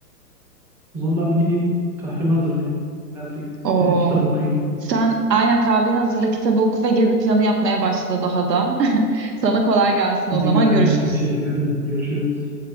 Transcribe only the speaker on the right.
Oo.
Sen aynen kahveni hazırla kitabı oku ve gezi planı yapmaya başla daha da. <laughs> Sana kolay gelsin
o zaman
görüşürüz.